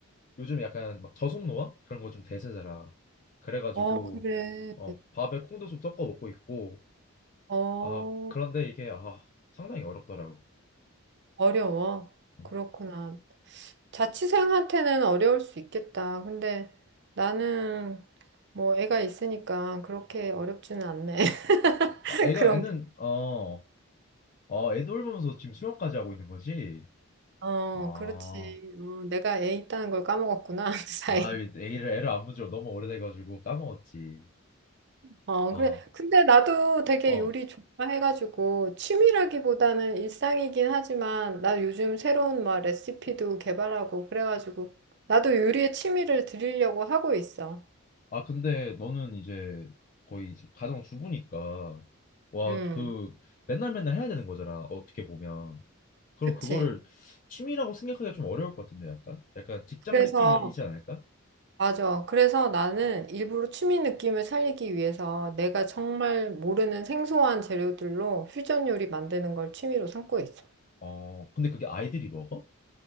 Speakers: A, on the left (about 35°); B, on the right (about 50°).
A: 요즘 약간 막 저속노화? 그런 거 좀 대세잖아. 그래가지고,
B: 어, 그래.
A: 어, 밥에 콩도 좀 섞어 먹고 있고,
B: 어,
A: 아, 그런데 이게, 아, 상당히 어렵더라고.
B: 어려워.
A: 어,
B: 그렇구나. 자취생한테는 어려울 수 있겠다. 근데 나는 뭐 애가 있으니까 그렇게 어렵지는 않네. <laughs>
A: 아, 애가,
B: 그런
A: 애는,
B: 게.
A: 어, 아 애 돌보면서 지금 수영까지 하고 있는 거지?
B: 어,
A: 아,
B: 그렇지. 어, 내가 애 있다는 걸 까먹었구나, <laughs> 그 사이.
A: 아, 애를, 애를 안 본 지가 너무 오래돼가지고 까먹었지.
B: 어,
A: 아,
B: 그래. 근데 나도 되게
A: 어.
B: 요리 좋아해가지고 취미라기보다는 일상이긴 하지만 나 요즘 새로운 막 레시피도 개발하고 그래가지고 나도 요리에 취미를 들이려고 하고 있어.
A: 아, 근데 너는 이제 거의 이제 가정 주부니까, 와,
B: 음.
A: 그, 맨날 맨날 해야 되는 거잖아, 어떻게 보면. 그럼
B: 그치.
A: 그거를 취미라고 생각하기가 좀 어려울 것 같은데, 약간? 약간 직장
B: 그래서,
A: 느낌이지 않을까?
B: 맞아. 그래서 나는 일부러 취미 느낌을 살리기 위해서 내가 정말 모르는 생소한 재료들로 퓨전 요리 만드는 걸 취미로 삼고 있어.
A: 어, 근데 그게 아이들이 먹어?